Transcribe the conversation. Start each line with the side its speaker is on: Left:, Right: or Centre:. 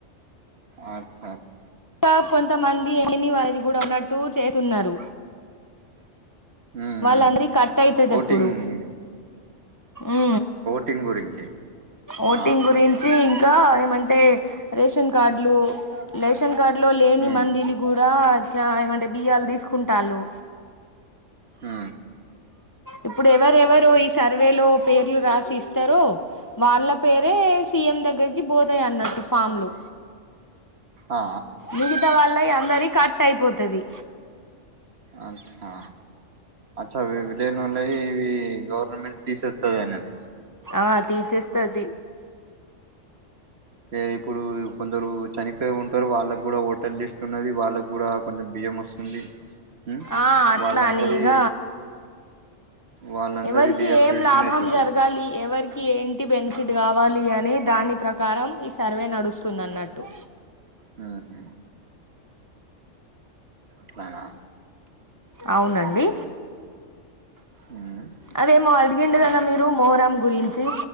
Right: ఆచ్చాచ్చ
Left: కా కొంతమంది ఎమిని వారిది గూడా ఉన్నట్టు చేతున్నరు.
Right: ఉమ్
Left: వాళ్ళందరి
Right: ఉమ్
Left: కట్ అయితది
Right: ఓటింగ్
Left: ఎప్పుడు ఊ
Right: టింగ్ గురించి
Left: ఓటింగ్
Right: ఆహా
Left: గురించీ ఇంకా ఏమంటే. రేషన్ కార్డులూ
Right: ఉమ్
Left: లేషన్ కార్డు లో లేని
Right: ఉమ్
Left: మందిని గూడ్. డా చా ఏమంటే బియ్యాలు తీసుకుంటాళ్ళు.
Right: హ్మ
Left: ఇప్పుడు ఎవరెవరు ఈ సర్వేలో పేర్లు రాసి ఇస్తారో వాళ్ళ పేరే సీఎం దగ్గరకి పోతాయి అన్నట్టు ఫామ్లు
Right: ఆ
Left: మిగతా వాళ్ళయి అందరియి కట్ అయిపోతది
Right: అట్నా అచ్చ ఇవి లేనో ఇవి గవర్నమెంట్ తీసేస్తది అన్నట్టు
Left: ఆ తీసేస్తది
Right: తే ఇప్పుడు కొందరు చనిపోయి ఉంటరు వాళ్ళకి కూడా ఓటర్ లిస్ట్ ఉన్నది వాళ్ళకి కూడా కొంచెం బియ్యం వస్తుంది ఉమ్మ్
Left: ఆ అట్లా
Right: వాళ్ళందరి
Left: అని ఇగ
Right: వాళ్ళందరి
Left: ఎవరికి
Right: డియాక్టివేషన్
Left: ఏం లాభం
Right: అయిపోతాయి
Left: జరగాలి ఎవరి కి ఏంటి బెనిఫిట్ కావాలి అని దాని ప్రకారం ఈ సర్వే నడుస్తుంది అన్నట్టు
Right: మ్మ్ఉహ్మ్ అట్లగా
Left: అవునండి
Right: ఉమ్మ్
Left: అదేమో అడిగిండు కద మీరు మొహరం గురించి